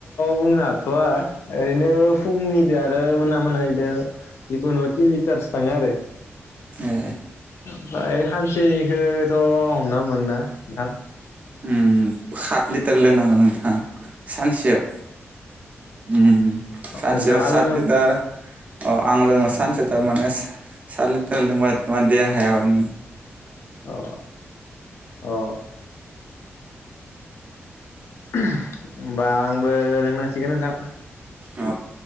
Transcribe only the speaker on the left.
बुंनो हाथ'व ओरैनो फुंनिदो आरो मोना मोना जिखुनु तिन लिटारसो थाङो आरो।
ओमफाय हानसेनिखौथ' हमना मोना नोंथां।
नोंथाङा
लोङो
अ
अ अ औ <inaudible> होमबा आंबो लोंनांसिगोन नोंथां